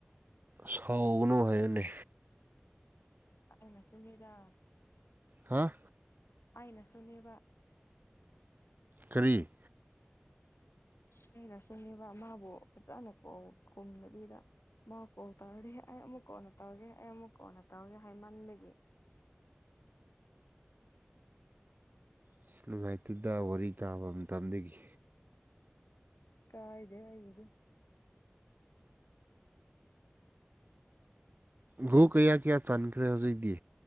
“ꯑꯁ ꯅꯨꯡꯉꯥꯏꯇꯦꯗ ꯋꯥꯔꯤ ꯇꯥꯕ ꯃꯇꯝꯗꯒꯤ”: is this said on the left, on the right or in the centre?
Right